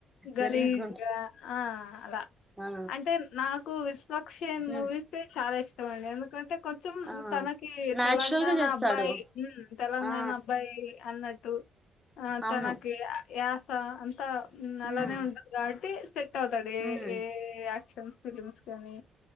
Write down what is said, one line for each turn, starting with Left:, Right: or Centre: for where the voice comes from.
Left: గలీజ్‌గా
Centre: గలీజ్గుంట
Left: ఆ అలా
Centre: ఆ
Left: అంటే నాకు విశ్వక్ సేన్
Centre: ఉమ్
Left: మూవీసే చాలా ఇష్టమండి ఎందుకంటే కొంచెం
Centre: ఆ
Left: తనకి
Centre: నాచురల్
Left: తెలంగాణ
Centre: గా చేస్తాడు
Left: అబ్బాయి తెలంగాణ
Centre: ఆ
Left: అబ్బాయి అన్నట్టు ఆ
Centre: అవును
Left: తనకి యాస్ సా అంతా అలానే
Centre: ఉమ్
Left: ఉంటది కాబట్టి సెట్ అవుతాడు ఏ
Centre: ఉమ్
Left: ఏ యాక్షన్ ఫిలిమ్స్ కానీ